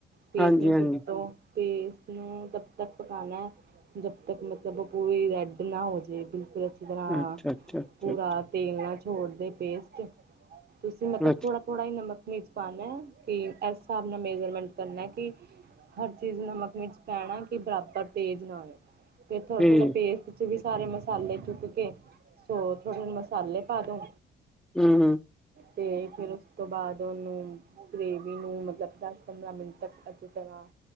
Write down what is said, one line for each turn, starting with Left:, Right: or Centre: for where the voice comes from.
Right: ਪੇਸਟ
Centre: ਹਾਂਜੀ
Right: ਨੂੰ
Centre: ਹਾਂਜੀ
Right: ਸੁੱਟੋ। ਪੇਸਟ ਨੂੰ ਤਬ ਤੱਕ ਪਕਾਨਾਂ ਐ, ਜਬ ਤੱਕ ਮਤਲਬ ਓ ਪੂਰੀ ਰੈੱਡ ਨਾ ਹੋ ਜੇ‌। ਜੇ ਬਿਲਕੁਲ ਅੱਛੀ ਤਰ੍ਹਾਂ
Centre: ਅੱਛਾ ਅੱਛਾ ਅੱਛਾ
Right: ਪੂਰਾ ਤੇਲ ਨਾਲ ਛੋੜਦੇ ਪੇਸਟ, ਤੁਸੀਂ ਮਤਲਬ
Centre: ਅੱਛਾ
Right: ਥੋੜਾ ਥੋੜਾ ਜਾ ਨਮਕ, ਮਿਰਚ ਪਾਣਾਂ ਤੇ ਐਸ ਸਾਬ੍ਹ ਨਾ ਮੇਜਰਮੈਂਟ ਕਰਨਾ ਕਿ ਹਰ ਚੀਜ਼ ਨਮਕ, ਮਿਰਚ ਪੈਣਾ ਕਿ ਬਰਾਬਰ ਤੇਜ਼ ਨਾ ਹੋ, ਫਿਰ ਥੋੜਾ-ਥੋੜ੍ਹਾ
Centre: ਠੀਕ
Right: ਪੇਸਟ 'ਚ ਵੀ ਸਾਰੇ ਮਸਾਲੇ ਚੁੱਕ ਕੇ, ਸੋ ਥੋੜੇ ਮਸਾਲੇ ਪਾ ਦੋ
Centre: ਹੂੰ-ਹੂੰ।
Right: ਤੇ ਫਿਰ ਉਸ ਤੋਂ ਬਾਅਦ ਉਹਨੂੰ ਗ੍ਰੇਵੀ ਨੂੰ ਮਤਲਬ ਦੱਸ-ਪੰਦਰਾਂ ਮਿੰਟ ਤੱਕ ਅੱਛੀ ਤਰ੍ਹਾਂ